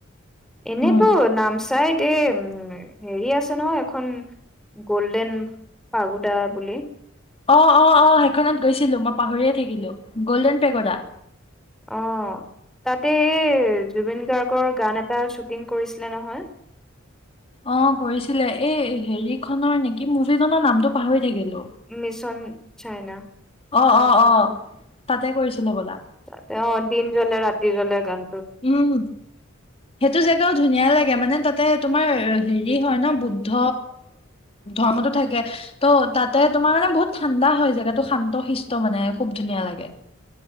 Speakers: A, in the centre; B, on the left.
A: এনেইটো
B: উম
A: নামচাইত। তে উ হেৰি আছে নহয় এখন গল্ডেন পাগুদা বুলি।
B: অ অ অ সেইখনত গৈছিলোঁ মই পাহৰিয়ে থাকিলোঁ গল্ডেন পেগদা।
A: অঁ তাতে এই জুবিন গাৰ্গৰ গান এটা শ্বুটিং কৰিছিলে নহয়।
B: অ কৰিছিলে এই হেৰি খনৰ নেকি, মুভি খনৰ নামটো পাহৰি থাকিলো
A: মিছন। চাইনা।
B: অ অ অ তাতে কৰিছিলে ব'লা
A: তাতে অঁ দিন জ্বলে ৰাতি জ্বলে গান।
B: উম সেইটো জেগাও ধুনীয়া লাগে মানে তাতে। তোমাৰ হেৰি হয় ন বুদ্ধ ধৰ্মটো থাকে, ত' তাতে তোমাৰ মানে বহুত ঠাণ্ডা হয় জেগাতটো শান্ত শিষ্ট মানে খুব ধুনীয়া লাগে।